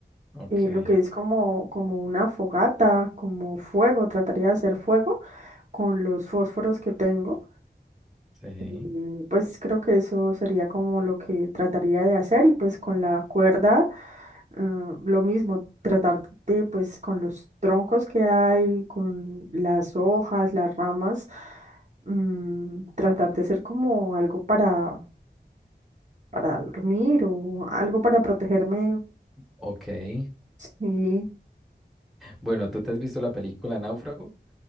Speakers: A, in the centre; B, on the right.
A: Ok,
B: eh, lo que es como, como una fogata, como fuego, trataría de hacer fuego con los fósforos que tengo.
A: sí,
B: Y, Pues creo que eso sería como lo que trataría de hacer y pues con la cuerda ah, lo mismo, tratar de pues con los troncos que hay, con las hojas, las ramas, mm, tratar de hacer como algo para, para dormir o algo para protegerme.
A: ok.
B: Sí,
A: Bueno, ¿tú te has visto la película Náufrago?